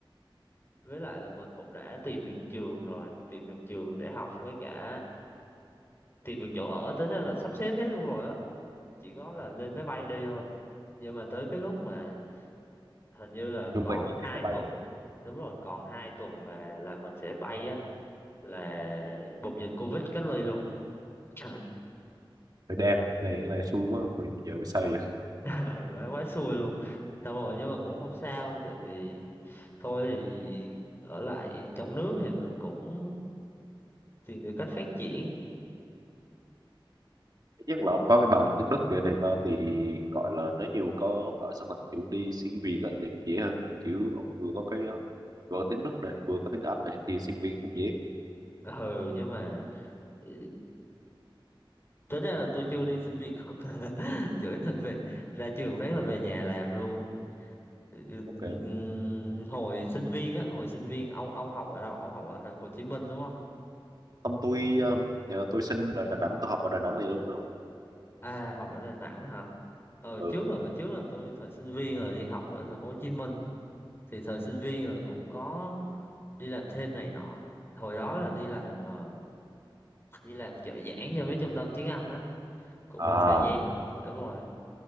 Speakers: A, on the left; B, on the right.
A: với lại là mình cũng đã tìm được trường rồi tìm được trường để học với cả tìm được chỗ ở tính ra là sắp xếp hết luôn rồi á chỉ có là lên máy bay đi thôi nhưng mà tới cái lúc mà hình như là
B: chuẩn
A: còn
B: bị gì
A: hai
B: thì máy bay
A: tuần
B: rồi
A: đúng rồi còn hai tuần là là mình sẽ bay á là bùng dịch covid cách ly luôn <laughs>
B: thời đen này này xui quá bây giờ biết sao vậy
A: ừ, quá quá xui luôn xong rồi nhưng mà cũng không sao tại vì thôi thì ở lại trong nước thì mình cũng tìm được cách phát triển
B: Thứ nhất là ông có cái bằng tiếng Đức kia này nó thì gọi là nếu nhiều có gọi sao ta kiểu đi xin việc á, thì cũng dễ hơn kiểu ông vừa có cái ờ, vừa có tiếng Đức này vừa có tiếng Anh này thì xin việc cũng dễ
A: ừ nhưng mà ừ, tính ra là tôi chưa đi xin việc <laughs> chửi là về ra trường phát là về nhà làm luôn Ừ,
B: ok
A: ừm, hồi sinh viên á hồi sinh viên ông ông học ở đâu ông học ở thành phố Hồ Chí Minh đúng không
B: không tôi ờ, giờ tôi sinh ở Đà Nẵng tôi học ở Đà Nẵng này đúng không
A: à học ở Đà Nẵng hả ờ trước
B: ừ
A: là hồi trước là tôi thời sinh viên là đi học ở thành phố Hồ Chí Minh thì thời sinh viên là cũng có đi làm thêm này nọ hồi đó là đi làm ờ, đi làm trợ giảng cho mấy trung tâm tiếng Anh á cũng
B: à
A: một thời gian đúng rồi